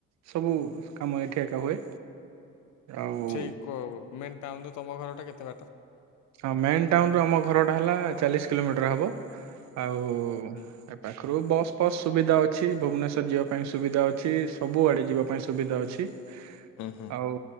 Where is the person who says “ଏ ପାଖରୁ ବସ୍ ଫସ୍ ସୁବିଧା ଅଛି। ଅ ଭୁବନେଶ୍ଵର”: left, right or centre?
Right